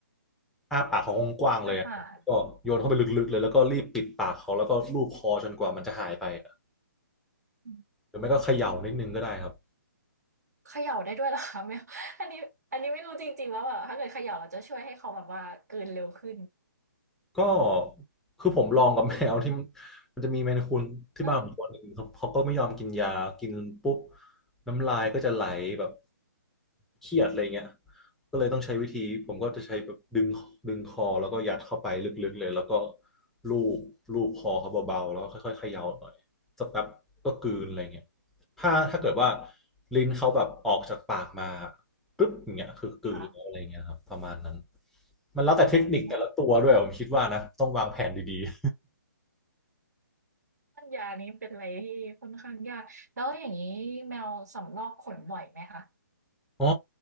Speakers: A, in the centre; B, on the right.
A: อ้าปากเขากว้างๆเลยอะก็โยนเข้าไปลึกๆเลยแล้วก็รีบปิดปากเขาแล้วก็ลูบคอจนกว่ามันจะหายไปอะ
B: อาหารอืม
A: หรือไม่ก็เขย่านิดนึงก็ได้ครับ
B: เขย่าได้ด้วยเหรอคะไม่อันนี้อันนี้ไม่รู้จริงๆว่าแบบถ้าเกิดเขย่าเราจะช่วยให้เขาแบบว่ากลืนเร็วขึ้น
A: ก็คือผมลองกับแมวที่ <laughs> มันจะมีแมนคูนที่บ้านผมตัวหนึ่งเขาเขาก็ไม่ยอมกินยากินปุ๊บ
B: เออ
A: น้ำลายก็จะไหลแบบเครียดอะไรเงี้ยก็เลยต้องใช้วิธีผมก็จะใช้แบบดึงดึงคอแล้วก็ยัดเข้าไปลึกๆเลยแล้วก็ลูบลูบคอเขาเบาๆแล้วก็ค่อยๆเขย่าหน่อยสักแป๊บก็กลืนอะไรเงี้ยถ้าถ้าเกิดว่าลิ้นเขาแบบออกจากปากมา ปึ๊บอย่างเงี้ยคือกลืนแล้วอะไรเงี้ยครับประมาณนั้น
B: ค่ะ
A: มันแล้วแต่เทคนิคแต่ละตัวด้วยผมคิดว่านะต้องวางแผนดีๆ
B: อืมป้อนยานี้เป็นอะไรที่ค่อนข้างยากแล้วอย่างนี้แมวสำรอกขนบ่อยไหมคะ
A: <laughs> อ๋อ